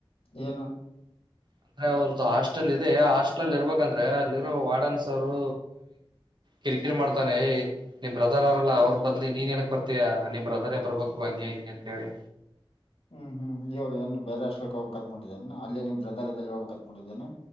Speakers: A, on the left (about 90°); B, on the right (about 55°).
A: ಏನು
B: ಅಂದ್ರೆ ಅವ್ರದ್ದು ಹಾಸ್ಟೆಲ್ ಇದೆ ಆ ಹಾಸ್ಟೆಲ್ ಅಲ್ ಇರ್ಬೇಕಂದ್ರೆ ಅಲ್ಲಿರೋ ವಾರ್ಡನ್ಸ ಅವರು ಕಿರಿಕಿರಿ ಮಾಡ್ತ ನಿ ಬ್ರದರ್ ಅವ್ರಲ್ಲ ಅವ್ರ ಬದ್ಲಿ ನೀನ್ ಏನಕ್ ಬರ್ತೀಯ ನಿಮ್ ಬ್ರದರೇ ಬರ್ಬೇಕು ಹಂಗೆ ಹಿಂಗೆ ಅಂತ ಹೇಳಿ
A: ಹ್ಮ್ ಹ್ಮ್ ಇವಾಗ ಏನ್ ಬೇರೆ ಅಷ್ಟಕ್ ಹೋಗಬೇಕಕ್ ಅತಟ್ಟಿದೇನ ಅಲ್ಲಿ ನಿ ಬ್ರದರ್ದಲ್ಲಿ ಹೋಗಬೇಕಕ್ ಅತ್ಬಿಟ್ಟಿದ್ದೇನ